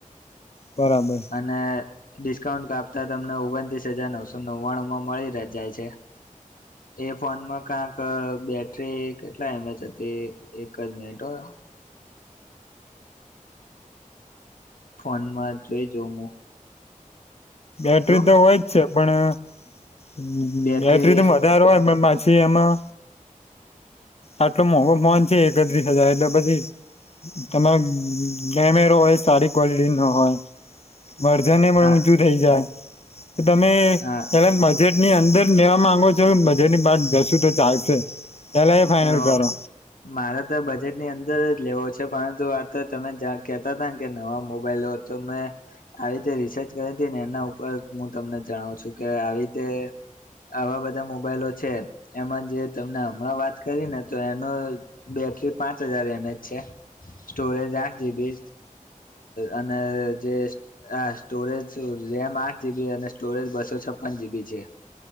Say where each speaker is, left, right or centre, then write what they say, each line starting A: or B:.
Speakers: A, on the left; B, on the left.
A: બરાબર
B: અને ડિસ્કાઉન્ટ કાપ તમને ઓગણત્રીસ હજાર નવસો નવ્વાણુંમાં મળી જાય છે. એ ફોનમાં કંક બેટરી કેટલા એમએચ હતી એક જ મિનિટો હો. ફોનમાં જોઈ જાઉં હું
A: બેટરી
B: શું
A: તો હોય જ છે પણ હમ
B: બેટરી
A: એટ રીતે મજાારવાય પછી એમાં આટલો મોંઘો ફોન છે એકત્રીસ હજાર એટલે પછી તમારો કેમેરો હોય સારી ક્વલિટી નો હોય વરજને
B: હા
A: જાય તમે
B: હા
A: એ બજેટ ની અંદર લેવા માંગો છો મજેટની બાદ જશું તો ચાલશે પેલા એ ફાઈનલ
B: એલો
A: કરો
B: મારે તો બજેટ ની અંદર જ લેવો છે પરંતુ આ તો તમે કેતા હતાને કે નવા મોબાઈલો તો મે આવી રીતે રિસર્ચ કરી હતી ને એના ઉપર હું તમને જણાવું છું કે આવી રીતે આવા બધા મોબાઈલો છે એમાં જે તમને હમણાં વાત કરીને તો એનું બેૅટરી પાંચ હજાર એમએચ છે સ્ટોરેજ આઠ જીબી અને જે સ્ટોરેજ રેમ આઠ જીબી અને સ્ટોરેજ બસો છપ્પન જીબી છે